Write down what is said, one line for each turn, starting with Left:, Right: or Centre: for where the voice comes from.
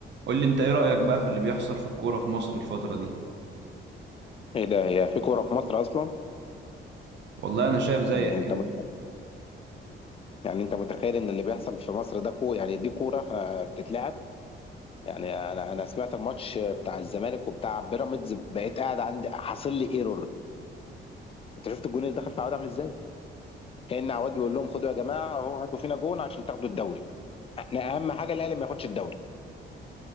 Right: قول لي انت ايه رأيك بقى في اللي بيحصل في الكورة في مصر الفترة دي
Left: ايه ده هي في كوره في مصر اصلا
Right: والله انا شايف زيك
Left: يعني انت
Right: كده
Left: مت... يعني انت متخيل ان اللي بيحصل في مصر ده كو يعني دي كوره آه، بتتلعب يعني انا انا سمعت الماتش بتاع الزمالك وبتاع بيراميدز بقيت قاعد عندي حاصل لي ايرور انت شفت الجون اللي دخل في عواد عامل ازاي كأن عواد بيقول لهم خدوا يا جماعه اهو هاتوا فينا جون عشان تاخدوا الدوري احنا اهم حاجه الاهلي ما ياخدش الدوري